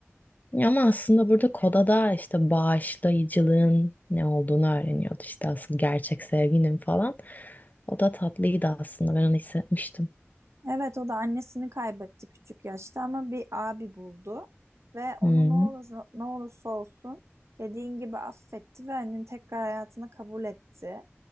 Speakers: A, on the left; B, on the right.
A: Ya Ama aslında burada Koda'da işte bağışlayıcılığın ne olduğunu öğreniyordu. İşte asıl gerçek sevginin falan. O da tatlıydı aslında. Ben onu hissetmiştim.
B: Evet o da annesini kaybetti küçük yaşta ama bir abi buldu ve onu
A: Hı.
B: ne olur ne olursa olsun dediğin gibi affetti ve annenin tekrar hayatına kabul etti.